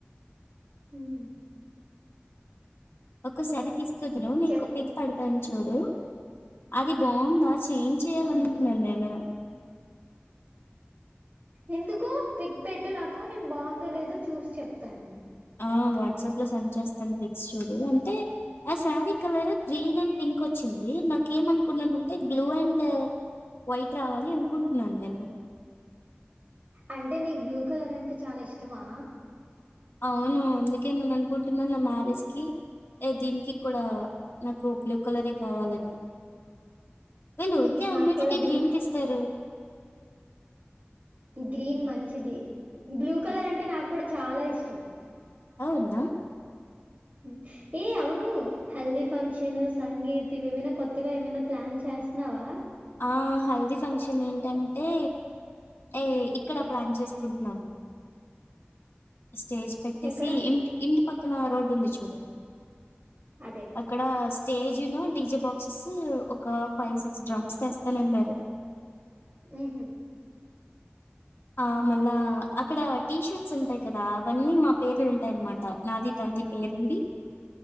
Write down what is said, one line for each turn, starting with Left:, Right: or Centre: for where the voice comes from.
Right: ఉహ్మ్
Left: ఒకసారీ తీసుకుద్ను నీకు
Right: చెప్పు.
Left: పిక్ పడతాని చూడు. అది బాన్ ద చేంజ్ చేయాలనుకుంటున్నాను
Right: ఆ! డస్
Left: నేను
Right: ఎందుకు పిక్ పెట్టు నాకు నేను బాగుందో లేదో చూసి చెప్తాను
Left: ఆ వాట్సాప్ లో సెండ్ చేస్తాను ఫిక్స్ చూడు అంటే ఆ sari colour green and pink వచ్చింది నాక ఏమ అనుకున్నానంటే బ్లూ అండ్ వైట్ రావాలి అనుకుంటున్నాను నేను
Right: అంటే నీకు బ్లూ కలర్ అంటే చాలా ఇష్టమా
Left: అవును అందుకే నేను అనుకుంటున్నాను నా మ్యారేజ్ కి దీనికి కూడా నాకు పలికులరే కావాలని వళ్ళు
Right: హ్మ్.
Left: ఊరికే
Right: నాకు
Left: అన్నింటిక
Right: కూడా బ్లూ
Left: గ్రీన్ తీ ఇస్తారు
Right: గ్రీన్ మంచిది బ్లూ కలర్ అంటే నాకు కూడా చాలా ఇష్టం
Left: అవునా
Right: హ్మ్. ఏ అవును హెల్దీ ఫంక్షన్ సంగీత్ ఇవేమైనా కొత్తగా ఏమైనా ప్లాన్ చేస్తున్నావా
Left: ఆ హల్దీ ఫంక్షన్ ఏంటంటే ఏ ఇక్కడ ప్లాన్ చేసుకుంటున్నాము స్టేజ్ పెట్టేసి
Right: ఎక్కడ?
Left: ఇంటి ఇంటి పక్క త్త నా రోడ్ ఉంది చూడు
Right: అదే.
Left: అక్కడ స్టేజీ ను టీజే బాక్సెస్ ఒక ఫైవ్ సిక్స్ డ్రామ్స్ స్తా అన్నారు
Right: ఉహుమ్
Left: ఆ మళ్ళా అక్కడ టీ షర్ట్స్ ఉంటాయి కదా అవన్నీ మా పేర్లు ఉంటాయిన్నమాట నాది తంది పేరుండి